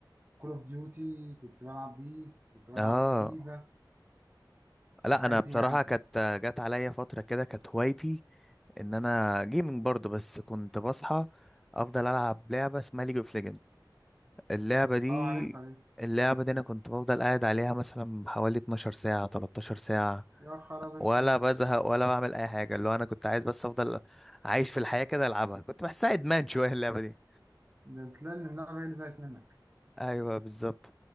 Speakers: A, on the right (about 25°); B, in the centre.
A: كول أوف ديوتي كنت بلعب بيس كنت بلعب
B: اه
A: فيفا
B: لا
A: الحاجات
B: انا بصراحه
A: دي يعني
B: كانت جت عليا فتره كده كانت هوايتي ان انا جيمنج برضو بس كنت بصحى افضل العب لعبه اسمها ليج اوف ليجند اللعبه دي
A: أه عارفها دي
B: اللعبه دي انا كنت بفضل قاعد عليها مثلا حوالي 12 ساعه 13 ساعه
A: يا خراب أسود
B: ولا بزهق ولا بعمل اي حاجه اللي هو انا كنت عايز بس افضل عايش في الحياه كده العبها كنت بحسها ادمان شويه اللعبه دي
A: ده تلاقي إن اللعبة هي اللي زهقت منك
B: ايوه بالظبط